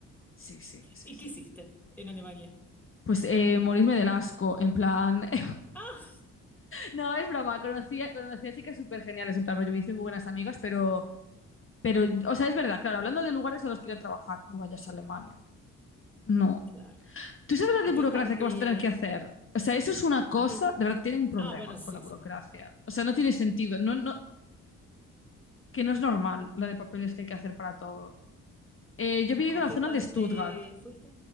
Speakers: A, on the left (about 35°); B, in the centre.
A: Sí, sí, sí,
B: ¿Y
A: sí.
B: qué hiciste en Alemania?
A: Pues eh, morirme del asco, en plan... <laughs>
B: Ah,
A: No, es broma, conocía, conocía chicas súper geniales, en plan rollo, me hice muy buenas amigas, pero, pero, o sea, es verdad, claro, hablando de lugares a los que ir a trabajar, no vayas a Alemania. No.
B: claro.
A: ¿Tú sabes
B: ¿A
A: la de burocracia
B: qué parte?
A: que vas a tener que hacer? O sea, eso es una cosa,
B: ¿A qué?
A: de verdad, tienen un problema
B: Ah, bueno, sí,
A: con la burocracia.
B: sí.
A: O sea, no tiene sentido, no, no, que no es normal la de papeles que hay que hacer para todo. Eh, yo había ido
B: ¿A
A: a la
B: qué
A: zona
B: parte
A: de Stuttgart,
B: fuiste?